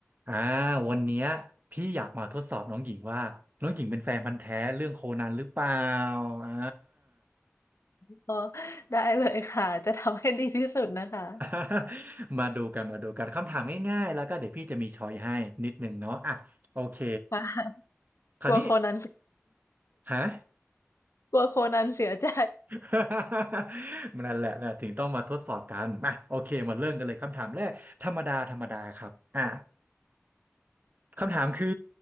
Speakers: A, on the right; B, on the left.
A: อ่าวันเนี้ยพี่อยากมาทดสอบน้องหญิงว่าน้องหญิงเป็นแฟนพันธุ์แท้เรื่องโคนันหรือเปล่าอ่า
B: <laughs> อ๋อได้เลยค่ะจะทำให้ดีที่สุดนะคะ
A: <laughs> มาดูกันมาดูกันคำถามง่ายๆแล้วก็เดี๋ยวพี่จะมีช้อยให้นิดนึงเนาะอ่ะโอเค
B: ค่ะ
A: คราวนี้
B: กลัวโคนันเสีย
A: ฮะ
B: กลัวโคนันเสียใจ
A: <laughs> นั่นแหละนะถึงต้องมาทดสอบกันมาโอเคมาเริ่มกันเลยคำถามแรกธรรมดาธรรมดาครับอ่ะคำถามคือ